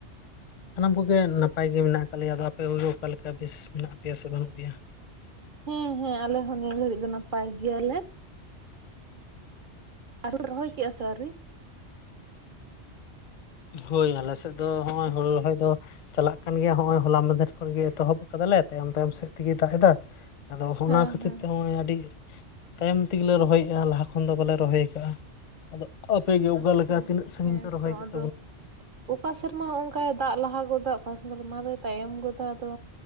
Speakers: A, on the left (about 50°); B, on the right (about 50°).
A: ᱥᱟᱱᱟᱢ ᱠᱚᱜᱮ ᱱᱟᱯ ᱱᱟᱯᱟᱭ ᱜᱮ ᱢᱮᱱᱟᱜ ᱟᱠᱟᱫ ᱞᱮᱭᱟ ᱟᱫᱚ ᱟᱯᱮ ᱠᱚᱜᱮ ᱚᱠᱟ ᱞᱮᱠᱟ ᱵᱮᱥ ᱢᱮᱱᱟᱜ ᱯᱮᱭᱟ ᱥᱮ ᱵᱟᱹᱱᱩᱜ ᱯᱮᱭᱟ?
B: ᱦᱮᱸ ᱦᱮᱸ ᱟᱞᱮ ᱦᱚᱸ ᱱᱤᱭᱟᱹ ᱜᱷᱟᱹᱲᱤᱡ ᱫᱚ ᱱᱟᱯᱟᱭ ᱜᱮᱭᱟᱞᱮ ᱾ <unintelligible> ᱨᱚᱦᱚᱭ ᱠᱮᱜᱼᱟ ᱥᱮ ᱟᱹᱣᱨᱤ?
A: ᱦᱳᱭ ᱟᱞᱮ ᱥᱮᱫ ᱫᱚ ᱦᱚᱸᱜᱼᱚᱭ ᱦᱩᱲᱩ ᱨᱚᱦᱚᱭ ᱫᱚ ᱪᱟᱞᱟᱜ ᱠᱟᱱ ᱜᱮᱭᱟ ᱦᱚᱜᱼᱚᱭ ᱦᱚᱞᱟ ᱢᱟᱦᱟᱫᱷᱮᱨ ᱠᱷᱚᱱᱜᱮ ᱮᱛᱚᱦᱚᱵ ᱠᱟᱫᱟᱞᱮ ᱛᱟᱭᱚᱢ ᱛᱟᱭᱚᱢ ᱥᱮᱫ ᱛᱮᱜᱮ ᱫᱟᱜ ᱮᱫᱟ ᱟᱫᱚ ᱦᱚᱜᱚᱱᱟ
B: ᱦᱮᱸ
A: ᱠᱷᱟᱹᱛᱤᱨ
B: ᱦᱮᱸ
A: ᱛᱮ ᱦᱚᱸᱚᱭ ᱟᱹᱰᱤ ᱛᱟᱭᱚᱢ ᱛᱮᱜᱮᱞᱮ ᱨᱚᱦᱚᱭᱮᱜᱼᱟ ᱞᱟᱦᱟ ᱠᱷᱚᱱ ᱫᱚ ᱵᱟᱞᱮ ᱨᱚᱦᱚᱭ ᱠᱟᱜ-ᱟ ᱾ ᱟᱫᱚ ᱟᱯᱮ ᱜᱮ ᱚᱠᱟ
B: ᱟᱪᱪᱷᱟ
A: ᱞᱮᱠᱟ
B: ᱟᱪᱪᱷᱟ
A: ᱛᱤᱱᱟᱹᱜ ᱥᱟᱸᱜᱤᱧ
B: ᱦᱮᱸ
A: ᱯᱮ ᱨᱚᱦᱚᱭ
B: ᱛᱚ
A: ᱠᱮᱫᱟ?
B: ᱟᱫᱚ ᱚᱠᱟ ᱥᱮᱨᱢᱟ ᱦᱚᱜᱚᱝᱠᱟᱭ ᱫᱟᱜ ᱞᱟᱦᱟ ᱜᱚᱫᱟ ᱚᱠᱟ ᱥᱮᱨᱢᱟ ᱫᱚᱭ ᱛᱟᱭᱚᱢ ᱜᱚᱫᱟ ᱟᱫᱚ